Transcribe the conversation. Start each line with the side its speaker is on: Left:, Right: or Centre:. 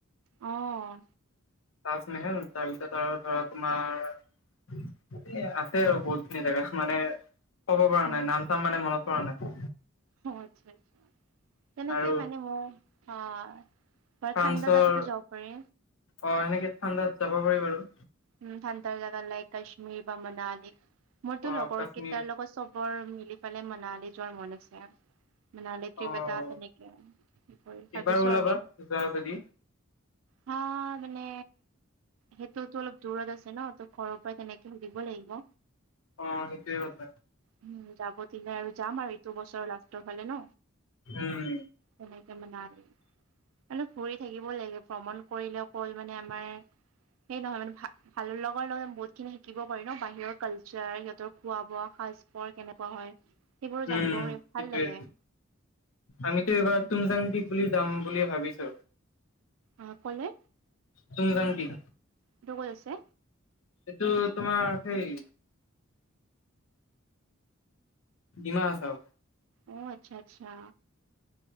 Right: অ',
Left: তাজমহল। তাৰপিছত আৰু ধৰা তোমাৰ এ আছে আৰু বহুত খিনি জেগা মানে ক'ব পৰা
Right: অ',
Left: নাই নাম চাম মানে মনত পৰা নাই।
Right: অ, ' আচ্ছা আচছা তেনেকে
Left: আৰু
Right: মানে মোৰ অ বাৰু
Left: ফ্ৰান্সৰ
Right: ঠাণ্ডা জাগাতো যাব পাৰি
Left: অ এনেকে ঠাণ্ডাত যাব পাৰি বাৰু।
Right: উ, ঠাণ্ডাৰ জেগা লাইক কাশ্মীৰ বা মনালী মোৰতো
Left: অ',
Right: লগৰ
Left: কাশ্মীৰ
Right: কেইটাৰ লগত চব বৰ মিলি পালে মনালি যোৱাৰ মন আছে। মনালী ট্ৰিপ
Left: অ',
Right: তেনেক ভাবিছ
Left: এবাৰ ওলাবা
Right: আৰু ন
Left: যোৱা যদি
Right: হা মানে সেইটো দূৰত আছে ন তো ঘৰৰ পৰা তেনেকে সুধিব লাগিব।
Left: অ, ' এয় বাদ
Right: উম, যাব দিলে আৰু যাম আৰু এইটো বছৰ লাষ্টটোৰ ফালে ন
Left: উম
Right: তেনেকে মনালি মানে ঘুৰি থাকিব লাগে ভ্ৰমণ কৰিলেও কল মানে আমাৰ সেই নহয় মানে ভ ভালৰ লগৰ লগত বহুত খিনি শিকিব পাৰি ন বাহিৰৰ কালচাৰ সিহঁতৰ খোৱা বোৱা সাজ পৰ কেনেকুৱা হয় সেইবোৰ
Left: উম
Right: জানিব পাৰি
Left: সেইটোয়ে
Right: ভাল লাগে।
Left: আমিতো এইবাৰ তুমজাং ট্ৰিপ বুলি যাম বুলি ভাবিছো।
Right: অ', ক'লে?
Left: টোমজং পিক।
Right: এটো ক'ত আছে?
Left: এইটো তোমাৰ সেই ডিমাহাচাও।
Right: অ', আচ্ছা আচ্ছা।